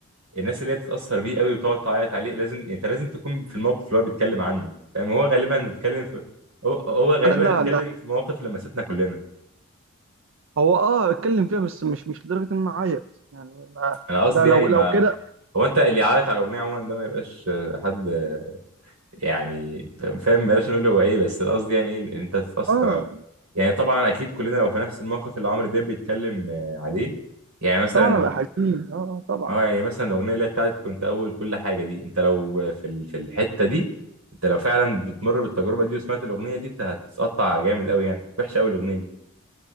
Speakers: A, on the right (about 85°); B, on the right (about 60°).
A: الناس اللي هي تتأثر بيه قوي وتقعد تعيط عليه لازم انت لازم تكون في الموقف اللي هو بيتكلم عنه فاهم هو غالبا اتكلم في هو هو غالبا
B: لا
A: اتكلم
B: لا
A: في مواقف لمستنا كلنا
B: هو اه بتكلم فيها بس مش مش لدرجه ان انا اعيط يعني ما
A: انا قصدي
B: ده لو
A: يعني ما
B: لو كده
A: ما- هو انت اللي يعيط على الاغنية عموما ده ما يبقاش آه، حد يعني فاهم بلاش نقول هو ايه بس القصد يعني ايه ان انت تتاثر
B: اه
A: او يعني طبعا اكيد كلنا لو في نفس الموقف اللي عمرو دياب بيتكلم آه، عليه يعني مثلا
B: طبعا ابقى
A: الأغنية-
B: حزين اه آه، طبعا
A: اه يعني مثلا الاغنيه اللي هي بتاعت كنت اول كل حاجه دي انت لو في ال- في الحته دي انت لو فعلا بتمر بالتجربه دي وسمعت الاغنيه دي انت هتتقطع جامد قوي يعني وحشه قوي الاغنيه دي